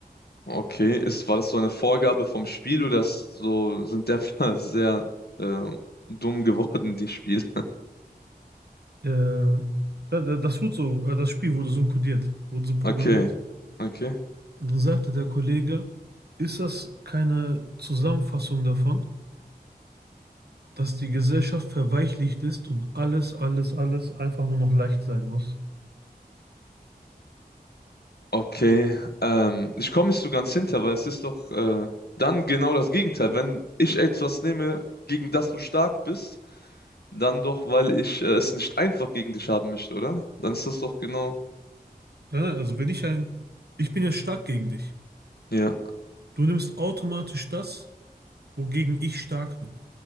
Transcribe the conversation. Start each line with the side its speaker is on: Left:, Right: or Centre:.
Left: Okay, ist, war das so eine Vorgabe vom Spiel oder ist so, sind der <laughs> sehr äh, dumm geworden, die Spiele?
Right: Äh, da- da- das wurde so, äh, das Spiel wurde so kodiert, wurde so programmiert.
Left: Okay, okay,
Right: Und dann sagte der Kollege, ist das keine Zusammenfassung davon? dass die Gesellschaft verweichlicht ist und alles, alles, alles einfach nur noch leicht sein muss.
Left: okay. Ähm, ich komme nicht so ganz hinter, weil es ist doch äh, dann genau das Gegenteil. Wenn ich etwas nehme, gegen das du stark bist, dann doch, weil ich äh, es nicht einfach gegen dich haben möchte, oder? Dann ist das doch genau.
Right: Ja, also wenn ich ein, ich bin ja stark gegen dich.
Left: Ja,
Right: Du nimmst automatisch das, wogegen ich stark bin.